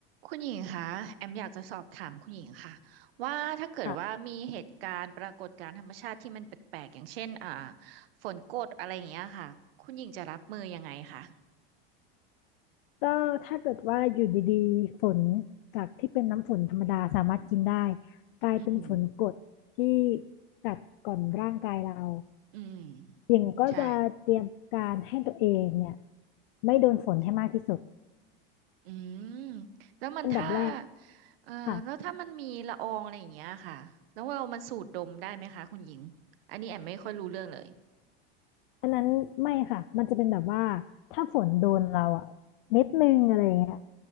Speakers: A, on the right (about 80°); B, on the left (about 65°).
A: คุณหญิงคะแอมอยากจะสอบถามคุณหญิงค่ะว่าถ้าเกิดว่ามีเหตุการณ์ปรากฏการณ์ธรรมชาติที่มันแปลกๆอย่างเช่นอ่า
B: ค่ะ
A: ฝนกรดอะไรอย่างเงี้ยค่ะคุณหญิงจะรับมือยังไงคะ
B: ก็ถ้าเกิดว่าอยู่ดีๆฝนจากที่เป็นน้ำฝนธรรมดาสามารถกินได้กลายเป็นฝนกรดที่
A: อืม
B: กัดกร่อนร่างกายเรา
A: อืม
B: หญิงก็จะเตรียมการให้ตัวเองเนี่ย
A: ใช่
B: ไม่โดนฝนให้มากที่สุด
A: อืมแล้วมันถ้า
B: อันดับแรก
A: เอ่อแล้วถ้ามันมีละอองอะไรอย่างเงี้ยค่ะแล้วเรามันสูดดมได้ไหมคะคุณหญิงอันนี้แอมไม่ค่อยรู้เรื่องเลย
B: ค่ะอันนั้นไม่ค่ะมันจะเป็นแบบว่าถ้าฝนโดนเราอะเม็ดนึงอะไรอย่างเงี้ย